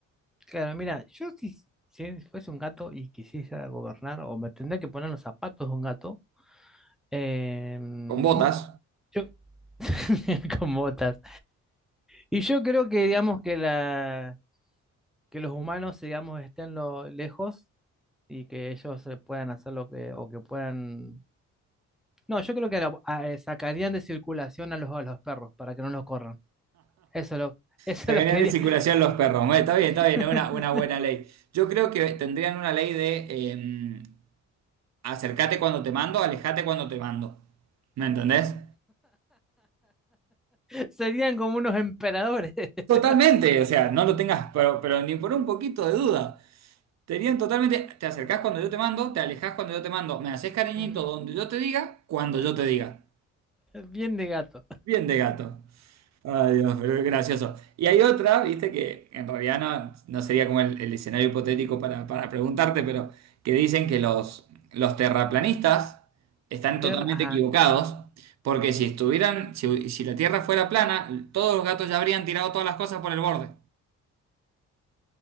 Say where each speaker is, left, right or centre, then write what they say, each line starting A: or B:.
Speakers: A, in the centre; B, on the right.
A: Claro, mira, yo si, si fuese un gato y quisiera gobernar, o me tendría que poner los zapatos de un gato. em,
B: Con botas.
A: yo, <laughs> con botas. Y yo creo que, digamos, que la, que los humanos, digamos, estén lo, lejos y que ellos eh, puedan hacer lo que, o que puedan No, yo creo que la- a- eh, sacarían de circulación a los, a los perros para que no los corran. Eso lo, <laughs> eso
B: Sacarían
A: lo quería.
B: de circulación los perros. Bueno, está bien,
A: <laughs>
B: está bien, es una, una buena ley. Yo creo que tendrían una ley de eh, acercate cuando te mando, alejate cuando te mando. ¿Me entendés?
A: Serían como unos emperadores. <laughs>
B: Totalmente, o sea, no lo tengas, pero, pero ni por un poquito de duda. Tenían totalmente, te acercás cuando yo te mando, te alejás cuando yo te mando, me haces cariñito
A: Ujú.
B: donde yo te diga, cuando yo te diga.
A: Bien de gato.
B: Bien de gato. Ay, Dios, pero es gracioso. Y hay otra, viste, que en realidad no, no sería como el, el escenario hipotético para, para preguntarte, pero que dicen que los, los terraplanistas están
A: Ter-
B: totalmente
A: Ajá.
B: equivocados, porque si estuvieran, si si la Tierra fuera plana, todos los gatos ya habrían tirado todas las cosas por el borde.